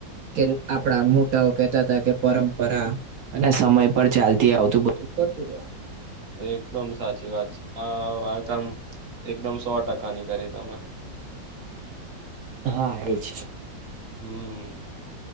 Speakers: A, on the right; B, on the right.
A: કે આપડા મોટાઓ કેહેતા હતા કે પરંપરા અને સમય પર ચાલતી આવતું બધું કરતું રે.
B: એકદમ સાચી વાત છે. હા, તમ એકદમ સો ટકાની કરી તમે.
A: હા, એજ.
B: હમ.